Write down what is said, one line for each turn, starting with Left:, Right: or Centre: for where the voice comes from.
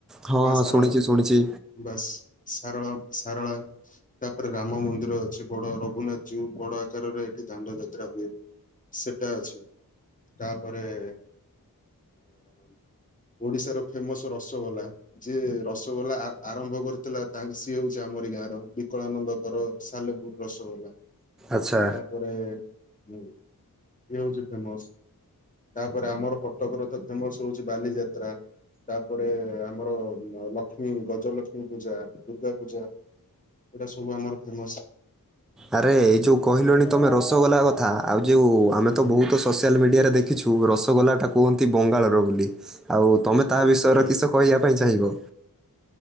Centre: ହଁ
Left: ମା
Centre: ହଁ
Left: ସାରଳା
Centre: ଶୁଣିଛି ଶୁଣିଛି
Left: ବାସ୍। ସାରଳା ମ ସାରଳା ତାପରେ ରାମ ମନ୍ଦିର ଅଛି ବଡ ରଘୁନା ଯୋଉ ବଡ ଆକାରରେ ଏଠି ଦାଣ୍ଡ ଯାତ୍ରା ହୁଏ ସେଟା ଅଛି। ତାପରେ ଉଁ ଓଡିଶାର ଫେମସ୍ ରସଗୋଲା ଯିଏ ରସଗୋଲା ଆ ଆରମ୍ଭ କରିଥିଲା ତା ସିଏ ହଉଛି ଆମରି ଗାଁ ର ବିକଳାନନ୍ଦଙ୍କର ସାନ ପୁ ରସଗୋଲା।
Centre: ଆଛା।
Left: ପରେ ଇଏ ଇଏ ହଉଛି ଫେମସ୍। ତାପରେ ଆମର କଟକରେ ତ ଫେମସ୍ ହଉଛି ବାଲିଯାତ୍ରା ତାପରେ ଆମର ଲକ୍ଷ୍ମୀ ଗଜଲକ୍ଷ୍ମୀ ପୂଜା ଦୁର୍ଗା ପୂଜା ଏଇଟା ସବୁ ଆମର ଫେମସ୍।
Centre: ଆରେ ଏଇ ଯୋଉ କହିଲନି ତମେ ରସଗୋଲା କଥା ଆଉ ଯୋଉ ଆମେ ତ
Left: ହୁଁ।
Centre: ବହୁତ ସୋସିଆଲ୍ ମିଡିଆରେ ଦେ ଖିଛୁ ରସଗୋଲାଟା କୁହନ୍ତି ବଙ୍ଗାଳର ବୋଲି ଆଉ ତମେ ତାହା ବିଷୟରେ
Left: ହଁ।
Centre: କିଛି ତ କହିବା ପାଇଁ ଚାହିଁବ?